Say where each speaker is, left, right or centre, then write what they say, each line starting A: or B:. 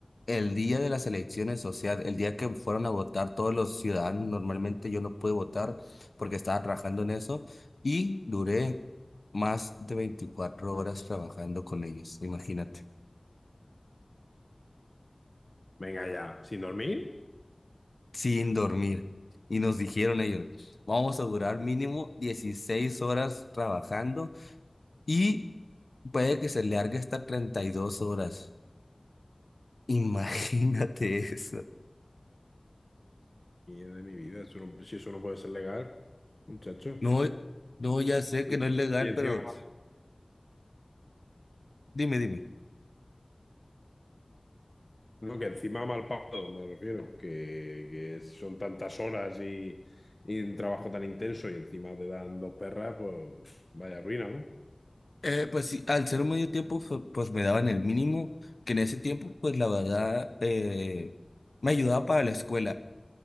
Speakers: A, on the left (about 70°); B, on the left (about 35°).
A: el día de las elecciones, o sea, el día que fueron a votar todos los ciudadanos, normalmente yo no pude votar porque estaba trabajando en eso y duré más de veinticuatro
B: Mm.
A: horas trabajando con ellos, imagínate,
B: Venga ya, ¿sin dormir?
A: sin dormir. Y nos dijeron ellos, vamos a durar mínimo 16 horas trabajando y puede que se largue hasta 32 horas. <laughs> Imagínate eso.
B: Y de mi vida, eso no- si eso no puede ser legal, muchacho.
A: No, no, ya sé que
B: Y,
A: no es legal,
B: y encima,
A: pero dime, dime.
B: no, que encima mal pagado, me refiero, que, que son tantas horas y, y un trabajo tan intenso y encima te dan dos perras, pues pf, vaya ruina, ¿no?
A: Eh, pues sí, al ser un medio tiempo, fu- pues me daban el mínimo, que en ese tiempo, pues la verdad, eh, me ayudaba para la escuela.